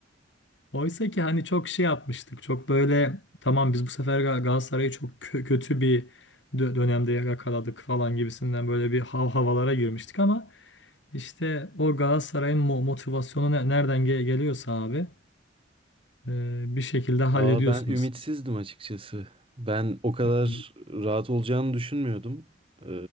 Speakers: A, on the left; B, on the right.
A: Oysa ki hani çok şey yapmıştık. Çok böyle tamam biz bu sefer Gal- Galatasaray'ı çok kö- kötü bir dö- dönemde yakaladık falan gibisinden böyle bir hav havalara girmiştik ama işte o Galatasaray'ın mo- motivasyonu ne- nereden ge- geliyorsa abi e, bir şekilde hallediyorsunuz
B: Valla ben ümitsizdim
A: siz.
B: açıkçası. Ben o kadar
A: Hı hı.
B: rahat olacağını düşünmüyordum. Ee,